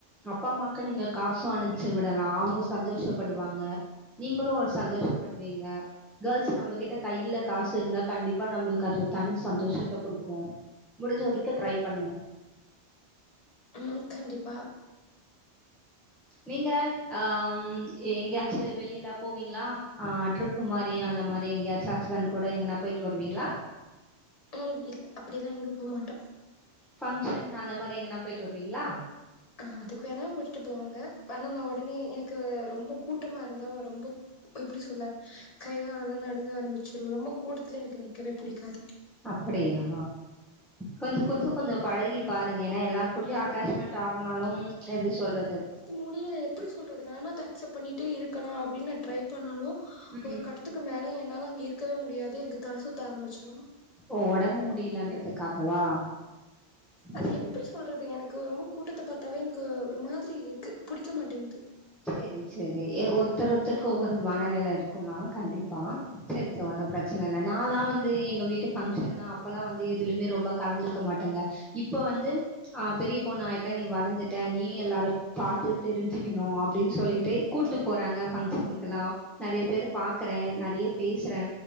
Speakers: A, in the centre; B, on the left.
A: அப்பா அம்மாக்கு நீங்க காசும் அனுப்ச்சு விடலா அவங்க சந்தோஷப்படுவாங்க நீங்களு ஒரு சந்தோஷப்படுவீங்க கேர்ள்ஸ் நம்ம கிட்ட கையில காசு இருந்தா கண்டிப்பா நம்மளுக்கு அது தனி சந்தோஷத்த குடுக்கு முடிஞ்ச வரைக்கு ட்ரை பண்ணுங்க
B: ம் கண்டிப்பா
A: நீங்க ஆம் எங்கேயாச்சு வெளியெல்லா போவீங்களா ஆ ட்ரிப் குமாரி அந்த மாரி எங்கயாச்ச ஹஸ்பண்ட் கூட எங்கனா போயிட்டு வருவீங்களா
B: போறதில்ல அப்படிலா எங்க போ மாட்டா
A: ஃபங்ஷன் அந்த மாதிரி எங்கனா போயிட்டு வருவீங்களா
B: ஆ அதுக்கு வேணா கூட்டிட்டு போவங்க ஆனா நா ஒடனே எனக்கு ரொம்ப கூட்டமா இருந்தா ரொம்ப எப்டி சொல்ல கை கால்லா நடுங்க ஆரம்பிச்சிரு ரொம்ப கூட்டத்துல எனக்கு நிக்கவே புடிக்காது
A: அப்படியா கொஞ்சோ கொஞ்சோ கொஞ்சோ பழகி பாருங்க ஏன்னா எல்லார்க் கூடயு அட்டாச்மெண்ட் ஆகுனாலு எப்டி சொல்றது
B: முடியில எப்டி சொல்றது நானு அத அக்சப்ட் பண்ணிட்டு இருக்கலா அப்டின்னு நா ட்ரை பண்ணாலு
A: ம்
B: ஒரு கட்ட த்துக்கு மேல என்னால அங்க இருக்கவே முடியாது எனக்கு தல சுத்த ஆரம்பிச்சிரு
A: ஓ ஒடம்பு முடியலன்றதுக்காகவா
B: அது
A: சரி
B: எப்டி சொல்றது எனக்கு ரொம்ப கூட்டத்த பாத்தாவே எனக்கு ஒரு மாதிரி இருக்கு புடிக்க மாட்டேங்குது
A: செரி செரி எ ஒருத்தர் ஒருத்தருக்கு ஒவ்வொரு மனநில இருக்கும்னா கண்டிப்பா செரி ச ஒன்னு பெரச்சன இல்ல நா லா வந்து எங்க வீட்டு ஃபங்க்ஷன்னா அப்போல்லா வந்து எதுலயுமே ரொம்ப கலந்துக்க மாட்டேங்க இப்போ வந்து ஆ பெரிய பொண்ணு ஆயிட்ட நீ வளர்ந்துட்ட நீ எல்லாரு பாத்து தெரிஞ்சுக்கணு அப் அப்டின்னு சொல்லிட்டு கூப்ட்டு போறாங்க ஃபங்க்ஷனுக்கெல்லா நெறைய பேரு பாக்குறே நெறைய பேசுறே